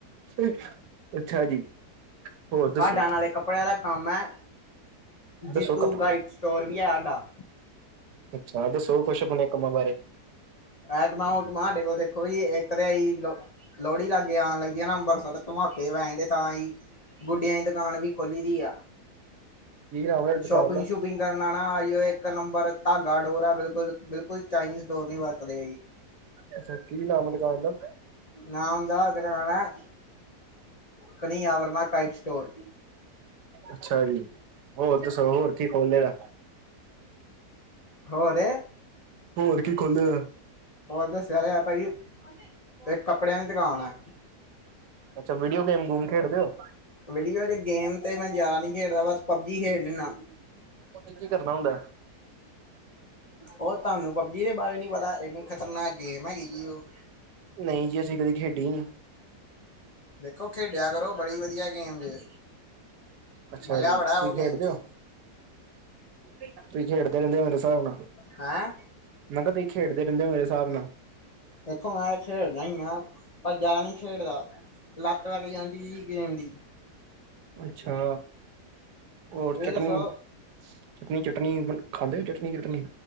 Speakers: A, on the right (about 80°); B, on the left (about 75°).
A: ਅ ਅੱਛਾ ਜੀ ਹੋਰ ਦੱਸੋ
B: ਹਾਡਾ ਨਾਲੇ ਕੱਪੜਿਆਂ ਦਾ ਕੰਮ ਏ, ਜੀਤੂ
A: ਦੱਸੋ ਕੱਪ
B: ਗਾਈਟ ਸਟੋਰ ਵੀ ਏ ਸਾਡਾ
A: ਅੱਛਾ ਦਸੋ ਕੁਛ ਆਪਣੇ ਕੰਮਾਂ ਬਾਰੇ?
B: ਐਟਮਾ ਊਟਮਾ ਹਾਡੇ ਕੋਲ ਦੇਖੋ ਜੀ ਇੱਕ ਤਾਂ ਆਈ ਲੋ ਲੋਹੜੀ ਲਾਗੇ ਆਉਂਣ ਲੱਗਦੀ ਹੈ ਨਾ ਅੰਮਬਰਤਸਰ ਧਮਾਕੇ ਪੈਣ ਦੇ ਤਾਂ ਹੀ ਗੁੱਢਿਆਂ ਦੀ ਦੁਕਾਨ ਵੀ ਖੋਲੀ ਦੀ ਆ,
A: ਕੀ ਨਾਮ ਹੈ
B: ਸ਼ੋਪਿੰਗ
A: ਦੁਕਾਨ ਦਾ
B: ਸ਼ੂਪੀਂਗ ਫੀਕਿੰਗ ਕਰਨਾ ਨਾ ਉਹ ਇੱਕ ਨੰਬਰ, ਧਾਗਾ ਡੋਰ ਆ ਬਿਲਕੁਲ, ਬਿਲਕੁਲ ਚਾਈਨੀਜ਼ ਡੋਰ ਨੀ ਵਰਤਦੇ ਆ ਜੀ।
A: ਅੱਛਾ, ਕੀ ਨਾਮ ਆ ਦੁਕਾਨ ਦਾ?
B: ਨਾਮ ਦਾ ਦੁਕਾਨ ਹੈ, ਕਨੀ ਵਰਮਾ ਕਈਟ ਸਟੋਰ।
A: ਅੱਛਾ ਜੀ। ਹੋਰ ਦੱਸੋ, ਹੋਰ ਕੀ ਖੋਲਿਆ?
B: ਹੋਰ
A: ਹੋਰ ਕੀ ਖੋਲੇ ਦਾ?
B: ਹੋਰ ਦੱਸਿਆ ਤੇ ਹੈ ਭਾਈ, ਇੱਕ ਕੱਪੜਿਆਂ ਦੀ ਦੁਕਾਨ ਹੈ।
A: ਅੱਛਾ, ਵੀਡੀਓ ਗੇਮ ਗੂਮ ਖੇਡਦੇ ਹੋ?
B: ਵੀਡੀਓ ਜੇ ਗੇਮ ਤੇ ਮੈਂ ਜ਼ਿਆਦਾ ਨੀ ਖੇਡਦਾ, ਬਸ ਪਬਜੀ ਖੇਡ ਲੈਂਦਾ।
A: ਓੱਦੇ 'ਚ ਕੀ ਕਰਨਾ ਹੁੰਦਾ?
B: ਉਹ ਤੁਹਾਨੂੰ ਪਬਜੀ ਦੇ ਬਾਰੇ ਨੀ ਪਤਾ, ਇੰਨੀ ਖ਼ਤਰਨਾਕ ਗੇਮ ਹੈਗੀ ਉਹ।
A: ਨਹੀਂ ਜੀ, ਅਸੀਂ ਕਦੀ ਖੇਡੀ ਨਹੀਂ।
B: ਦੇਖੋ ਖੇਡਿਆ ਕਰੋ, ਬੜੀ ਵਧੀਆ ਗੇਮ ਜੇ।
A: ਅੱਛਾ
B: ਮਜ਼ਾ
A: ਜੀ,
B: ਬੜਾ
A: ਤੁਸੀਂ
B: ਉਹ ਗੇਮ
A: ਖੇਡਦੇ
B: ਚ
A: ਹੋ? ਤੁਕਿ ਖੇਡਦੇ ਰਹਿੰਦੇ, ਮੇਰੇ ਹਿਸਾਬ ਨਾਲ?
B: ਹੈਂ?
A: ਮੈਂ ਕਿਹਾ ਤੁਸੀ ਖੇਡਦੇ ਰਹਿੰਦੇ ਹੋ, ਮੇਰੇ ਹਿਸਾਬ ਨਾਲ?
B: ਦੇਖੋ ਮੈਂ ਖੇਡਦਾ ਈ ਆ, ਪਰ ਜਿਆਦਾ ਨਹੀਂ ਖੇਡਦਾ। ਲੱਤ ਲੱਗ ਜਾਂਦੀ ਜੀ, ਗੇਮ ਦੀ।
A: ਅੱਛਾ, ਹੋਰ
B: ਇਹ
A: ਚਟਨੀ
B: ਦੱਸੋ
A: ਚਟਨੀ- ਚਟਨੀ ਖਾਂਦੇ, ਚਟਨੀ ਚੁਟਨੀ।